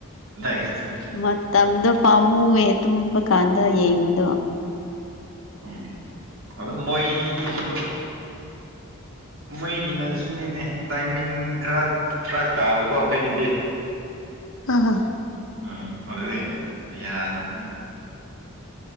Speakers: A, on the right (about 65°); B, on the left (about 65°).
A: ꯅꯪꯁꯦ
B: ꯃꯇꯝꯗ‌ꯣ ꯄꯥꯝꯃꯨꯑ ꯑꯗꯨꯨꯝ ꯕꯀꯥꯟꯗ ꯌꯦꯡꯉꯨꯗ
A: ꯎ ꯑꯗꯣ ꯃꯣꯏꯒꯤꯁꯨ ꯃꯣꯏꯒꯤꯅ ꯁꯨꯅꯤꯅꯦ ꯇꯥꯏꯃꯤꯡ ꯈꯔ ꯈꯔ ꯇꯥꯕꯀꯣ ꯑꯩꯈꯣꯏꯒꯤꯗꯤ
B: ꯑ
A: ꯎꯝ ꯑꯗꯨꯗꯤ ꯌꯥꯗꯕꯅꯤ